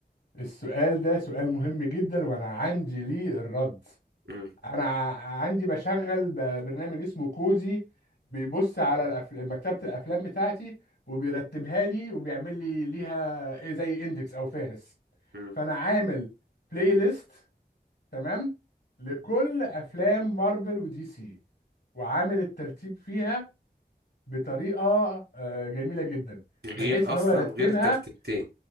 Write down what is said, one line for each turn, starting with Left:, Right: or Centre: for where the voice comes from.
Left: السؤال ده سؤال مهم جدا وأنا عندي ليه الرد
Right: امم
Left: انا ع- عندي بشغل ب- برنامج اسمه كودي بيبص على الأف- مكتبة الافلام بتاعتي وبيرتبها لي وبيعمل لي ليها إيه زي اندكس او فهرس
Right: امم
Left: فانا عامل بلاي ليست تمام لكل افلام مارفل ودي سي وعامل الترتيب فيها بطريقة آه، جميلة جدا
Right: غير
Left: بحيث ان
Right: اصلا
Left: هو يرتبها
Right: غير الترتيبتين